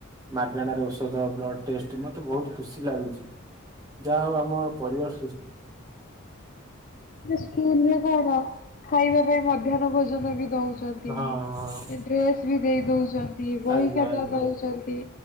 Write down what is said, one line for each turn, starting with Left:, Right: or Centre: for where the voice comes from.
Right: ମାଗଣାରେ ଔଷଧ ବ୍ଲଡ ଟେଷ୍ଟ ମତେ ବହୁତ୍ ଖୁସି ଲାଗୁଛି ଯାହା ହଉ ଆମର ପରିବାର ସୁ
Left: ସ୍କୁଲରେ କଣ ଖାଇବା ପାଇଁ ମଧ୍ୟାହ୍ନ ଭୋଜନ ବି ଦଉ ଚନ୍ତି
Right: ହଁ ହଁ
Left: ଡ୍ରେସ୍ ବି ଦେଇ ଦଉଛନ୍ତି ବହି
Right: ଆଜ୍ଞା
Left: ଖତା
Right: ଆଜ୍ଞା।
Left: ଦଉଛନ୍ତି।